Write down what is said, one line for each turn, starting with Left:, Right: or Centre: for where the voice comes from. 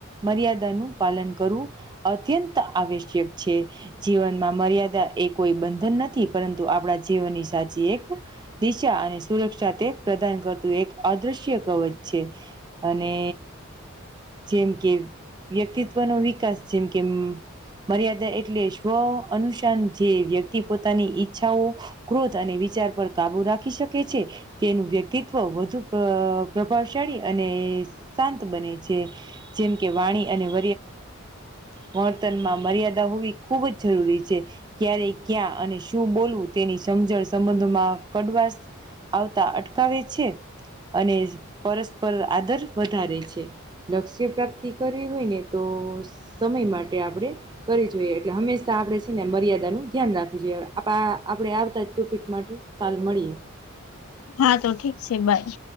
Right: મર્યાદાનું પાલન કરવું અત્યંત આવશ્યક છે. જીવનમાં મર્યાદા એ કોઈ બંધન નથી પરંતુ આપણા જીવનની સાચી એક. દિશા અને સુરક્ષા તે પ્રદાન કરતું એક અદૃશ્ય કવચ છે. અને જેમ કે વ્યક્તિત્વનો વી કાસ જેમ કેમ મર્યાદા એટલે શો? અનુશાસન જે વ્યક્તિ પોતાની ઈચ્છાઓ ક્રોધ અને વિચાર પર કાબુ રાખી શકે છે. તેનું વ્યક્તિત્વ વધુ પ્રભાવશાળી અને શાંત <inaudible> બને. છે જેમ કે વાણી અન <inaudible> વર્તનમાં મર્યાદા હોવી ખૂબ જ જરૂરી છે. ક્યારે ક્યાં અને શું બોલવું તેની સમજણ સંબંધોમાં કડવાશ આવતા અટકાવે છે અને પરસ્પર આદર વધારે છે. લક્ષ્ય પ્રાપ્તિ કરવી હોય ને તો, સમય માટે આપણે કરી જોઈએ એટલે હંમેશા આપણેે ને મર્યાદાનું ધ્યાન રાખજે. જોઈએ આપ આપણે આ બધા ટોપિક માટે કાલ મળીએ.
Left: હા તો ઠીક છે બાય.